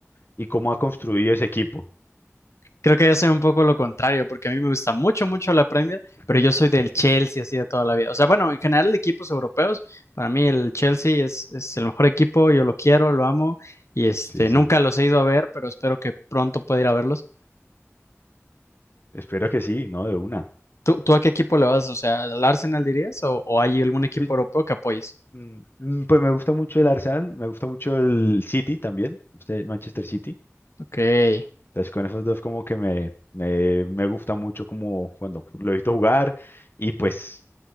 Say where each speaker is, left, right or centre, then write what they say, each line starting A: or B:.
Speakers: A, on the left; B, on the left.
A: y cómo ha construido ese equipo.
B: Creo que yo soy un poco lo contrario, porque a mí me gusta mucho, mucho la Premier,
A: <laughs>
B: pero yo soy del Chelsea así de toda la vida. O sea, bueno, en general de equipos europeos, para mí el Chelsea es, es el mejor equipo, yo lo quiero, lo amo, y este,
A: Sí, sí.
B: nunca los he ido a ver, pero espero que pronto pueda ir a verlos.
A: Espero que sí, ¿no? De una.
B: ¿Tú, tú a qué equipo le vas? O sea, ¿al Arsenal dirías? ¿O, o hay algún equipo
A: Pues,
B: europeo que apoyes?
A: mm, mm, pues me gusta mucho el Arsenal, me gusta mucho el City también, este Manchester City.
B: Ok, que
A: Entonces con esos dos como que me, me, me gusta mucho como cuando lo he visto jugar y pues